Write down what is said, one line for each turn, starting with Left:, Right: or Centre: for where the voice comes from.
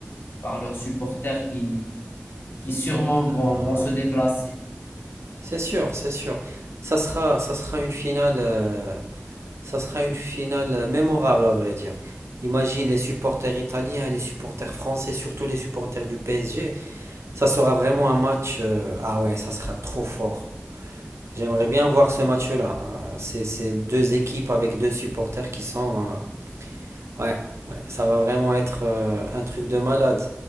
Left: par leurs supporters qui, qui sûrement vont,
Right: Euh,
Left: vont se déplacer.
Right: c'est sûr, c'est sûr. Ça sera, ça sera une finale, euh, ça sera une finale euh, mémorable à vrai dire. Imagine les supporters italiens, les supporters français, surtout les supporters du PSG. Ça sera vraiment un match. euh, ah ouais, ça sera trop fort. J'aimerais bien voir ce match-là. Euh, C'est c'est deux équipes avec deux supporters qui sont, euh, Ouais, ouais, ça va vraiment être euh, un truc de malade.